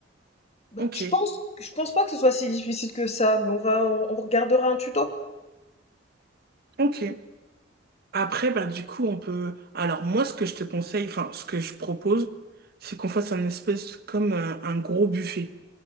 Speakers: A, on the left; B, on the right.
A: Bah,
B: ok,
A: je pense, je pense pas que ce soit si difficile que ça, mais on va, on, on regardera un tuto.
B: ok. Après, ben, du coup, on peut. Alors, moi, ce que je te conseille, enfin, ce que je propose, c'est qu'on fasse un espèce comme un, un gros buffet